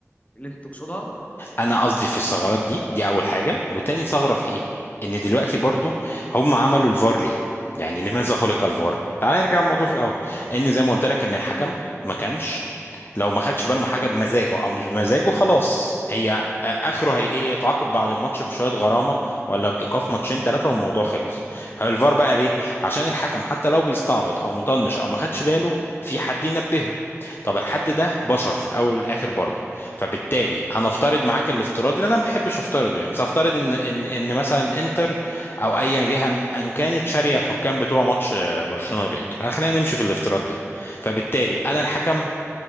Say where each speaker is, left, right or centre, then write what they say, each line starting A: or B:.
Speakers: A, on the left; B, on the left.
A: اللي انت تقصدها
B: انا قصدي في الثغرات دي دي اول حاجه وتاني ثغره في ايه ان دلوقتي برضو هم عملوا الفار ليه يعني لماذا خلق الفار تعال نرجع الموضوع في الاول ان زي ما قلت لك ان الحكم ما كانش لو ما خدش باله من حاجه بمزاجه او مش بمزاجه خلاص هي آه، اخره هي ايه يتعاقب بعد الماتش بشويه غرامه ولا بايقاف ماتشين ثلاثه والموضوع خلص هو الفار بقى ليه عشان الحكم حتى لو بيستعبط او مطنش او ما خدش باله في حد ينبهه طب الحد ده بشر في الاول والاخر برضه فبالتالي هنفترض معاك الافتراض اللي انا ما بحبش افترضه يعني بس هفترض ان ان ان مثلا انتر او اي جهه م- ان كانت شاريه الحكام بتوع ماتش آه، برشلونه والانتر خلينا نمشي في الافتراض ده فبالتالي انا الحكم